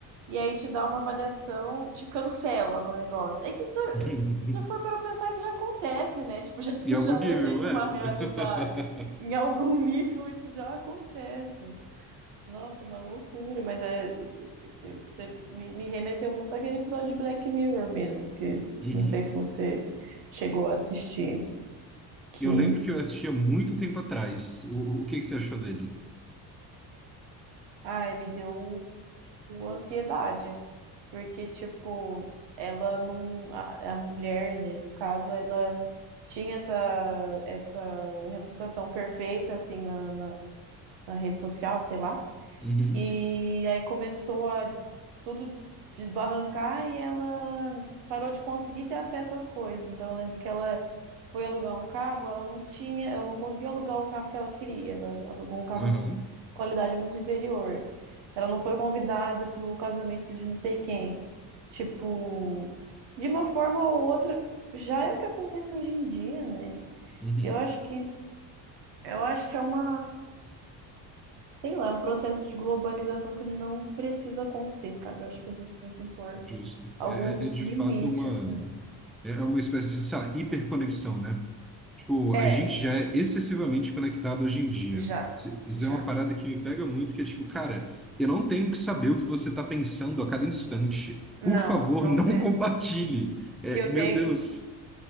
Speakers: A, on the right; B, in the centre.
A: e aí te dá uma avaliação, te cancela no negócio. É que isso,
B: <laughs>
A: se for para pensar, isso já acontece, né? Tipo, já, <laughs>
B: Em
A: já
B: algum nível,
A: é meio que
B: é.
A: uma realidade.
B: <laughs>
A: Em algum <laughs> nível isso já acontece. Nossa, é uma loucura, mas é, eu- você me, me remeteu muito àquele episódio de Black Mirror mesmo, que
B: Uhum.
A: não sei se você chegou a assistir, que,
B: Eu lembro que eu assistia muito tempo atrás. O, o que que você achou dele?
A: ai, me deu ansiedade. porque, tipo, ela não. A, a mulher, né, no caso, ela tinha essa, essa reputação perfeita, assim, na, na, na rede social, sei lá.
B: Uhum.
A: E aí começou a tudo desbarrancar e ela parou de conseguir ter acesso às coisas. Então, eu lembro que ela foi alugar um carro, ela não tinha, ela não conseguiu alugar o carro que ela queria. Ela alugou um carro
B: Aham.
A: de qualidade muito inferior. Ela não foi convidada para o casamento de não sei quem. Tipo, de uma forma ou outra, já é o que acontece hoje em dia, né?
B: Uhum.
A: Eu acho que eu acho que é uma, sei lá, é um processo de globalização que não precisa acontecer, sabe? Eu acho que a gente tem que impor
B: Justo.
A: alguns
B: É, é é de
A: limites,
B: fato uma.
A: assim.
B: É é uma espécie de, sei lá, hiperconexão, né? Tipo,
A: É,
B: a gente já é excessivamente conectado hoje em dia.
A: já,
B: Isso isso
A: já.
B: é uma parada que me pega muito, que é tipo, cara, eu não tenho que saber o que você está pensando a cada instante.
A: Não,
B: Por favor,
A: não
B: não
A: tem.
B: <laughs> compartilhe. É,
A: Que eu
B: meu
A: tenho
B: Deus.